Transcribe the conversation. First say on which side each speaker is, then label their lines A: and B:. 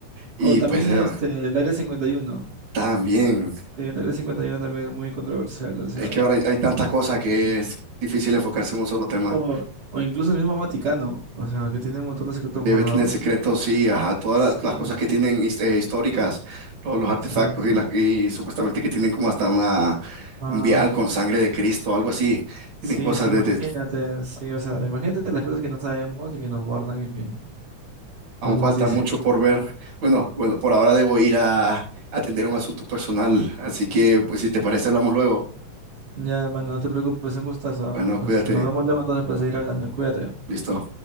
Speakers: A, on the right; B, on the right.
A: Y
B: O también
A: pues
B: este,
A: eh,
B: el Área 51.
A: también,
B: Sí, el Área cincuenta y uno también es muy controversial, o sea...
A: es que ahora hay, hay tanta cosa que es difícil enfocarse en un solo tema.
B: O, o incluso el mismo Vaticano, o sea, que tiene un montón de secretos
A: Debe
B: guardados.
A: tener secretos, sí, ajá, todas
B: Sí,
A: las, las cosas
B: ma-
A: que tienen his- eh, históricas, todos los
B: exacto.
A: artefactos y, las y supuestamente que tienen como hasta una,
B: Ah.
A: un vial con sangre de Cristo, algo así. Tienen
B: Sí,
A: cosas
B: sí, imagínate,
A: desde
B: sí, o sea, imagínate las cosas que no sabemos y que nos guardan y que
A: Aún
B: no nos
A: falta
B: dicen.
A: mucho por ver. Bueno, bueno, por ahora debo ir a atender un asunto personal, así que pues si te parece hablamos luego.
B: Ya, hermano, no te preocupes, un gustazo.
A: Bueno,
B: hasta-
A: cuídate.
B: Nos vemos luego entonces para seguir hablando. Cuídate.
A: Listo.